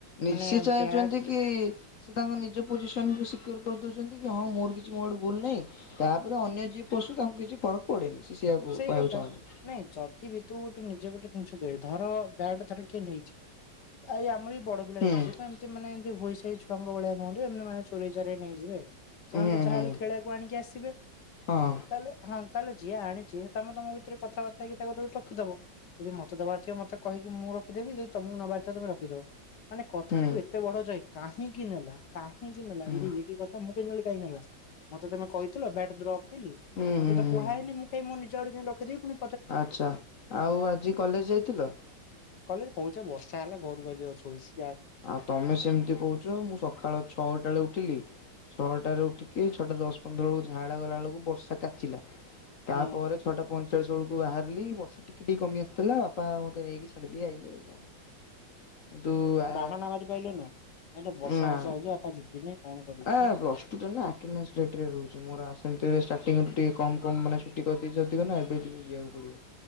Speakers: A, on the left; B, on the left.
A: ନିଶି
B: ମାନେ
A: ଚାହିଁଛନ୍ତି
B: ବ୍ୟାଟ
A: କି ସେ ତାଙ୍କ ନିଜ ପୋଜିସନ କୁ ସିକର କରି ଦଉଛନ୍ତି କି ହଁ ମୋର କିଛି ମୋ ଆଡୁ ଭୁଲ ନାହିଁ ତାପରେ ଅନ୍ୟ ଜିଏ ପଶୁ ତାଙ୍କୁ କିଛି ଫରକ ପଡେନି। ସେ ସେଇଆକୁ
B: ସେଇ
A: କହିବାକୁ
B: କଥା
A: ଚାହୁଁଛନ୍ତି।
B: ନାଇଁ ଯଦି ବି ତୁ ଗୋଟେ ନିଜେ ଗୋଟେ ଗୋଟେ ଜିନିସ ଦେଖେ ଧର ବ୍ୟାଟ ଧର କିଏ ନେଇଛି ଆଇ ଆମରି ବଡ ପିଲା
A: ହୁଁ
B: ରହିଛି ତ ଏମିତି ମାନେ ଏମତି ହୋଇସଇ ଛୁଆ ଙ୍କ ଭଳିଆ ନୁହନ୍ତି। ଏମତି ମାନେ ଚୋରଇ ଚାରେଇ ର ନେଇଯିବେ ସେମାନେ
A: ହୁଁ
B: ତ ଯାହାହଲେ
A: ହୁଁ
B: ଖେଳିବାକୁ ଆଣିକି ଆସିବେ।
A: ହଁ
B: ତାହେଲେ ହଁ ତାହେଲେ ଯିଏ ଆଣିଛି ତମେ ତମ ଭିତରେ କଥାବାର୍ତା ହେଇକି ତାକୁ ରଖିଦବ। ଯଦି ମତେଦବାରଥିବ ମତେ କହିି ମୁଁ ରଖିଦେବି ଯଦି ତମକୁ ନବାରଥିବ ତମେ ରଖିଦବ। ମାନେ କଥା
A: ହୁଁ
B: ଟାକୁ ଏତେ ବଡ ଯାଏ କାହିଁକି ନେଲା କାହିଁକି ନେଲା
A: ହୁଁ
B: ଏଇଠି ଇଏକି କଥା ମୁ <unintelligible> କାହିଁକି ମତେ ତମେ କହିଥିଲ ବ୍ୟାଟ ରଖ୍ ବୋଲି
A: ହୁଁ
B: ମତେ
A: ହୁଁ
B: ତ
A: ହୁଁ।
B: କୁହା ହେଇନି ମୁ ମୁଁ ନିଜ ଆଡୁ ଯାଇକି ଡକେଇ ଦେଇକି ପୁଣି
A: ଆଚ୍ଛା ଆଉ ଆଜି କଲେଜ ଯାଇଥିଲ?
B: କହିଲ କହୁଛ ବର୍ଷା ହେଲା ଘରୁ ବା ଯିବଛୋଇଛି।
A: ଆଉ ତମେ ସେମିତି କହୁଛ ମୁଁ ସକାଳ ଛଅଟା ବେଳେ ଉଠିଲି। ଛଅଟାରେ ଉଠିକି ଛଅଟା ଦଶ ପନ୍ଦର ବେଳକୁ ଝାଡ଼ା ଗଲା ବବେଳକୁ ବର୍ଷା କାଚିଲା। ତାପରେ
B: ହୁଁ
A: ଛଅଟା ପଇଁଚାଳିଶ ବେଳକୁ ବାହାରିଲି ବର୍ଷା ଟିକେ ଟିକେ କମି ଆସିଥିଲା ବାପା ମତେ ନେଇକି <unintelligible> କିନ୍ତୁ ଆ
B: ଖାନା ମାରି ପାଇଲୁନୁ। ଏଇନେ ବର୍ଷା
A: ନା
B: ବର୍ଷା ହଉଛି ବାପା ଯିବିନି କଣ କରିବି।
A: ଆ ପ୍ଲସ ଟୁ ରେ ନା ଆଟ୍ନାସ୍ ରେଟ୍ ରେ ରହୁଛି ମୋର। <unintelligible> <unintelligible> ଟିକେ କମ୍ ମାନେ ଛୁଟି କରିଦେଇଛି ଅଧିକ ନା ଏବେ ଟିକେ ଯିବାକୁ ପଡ଼ିବ।